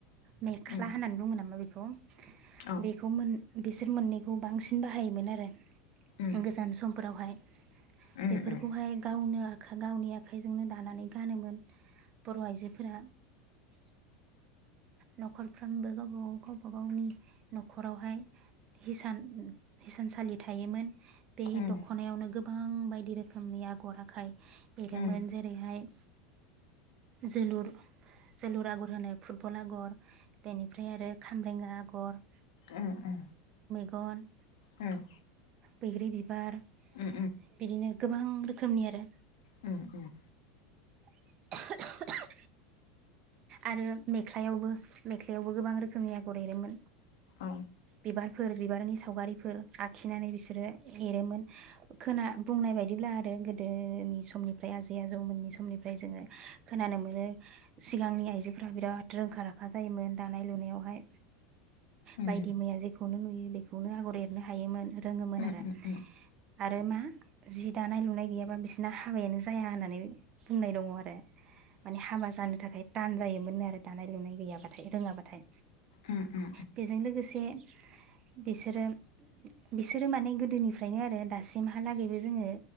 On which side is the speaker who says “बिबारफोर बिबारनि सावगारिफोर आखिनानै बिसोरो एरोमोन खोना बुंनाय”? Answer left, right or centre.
Right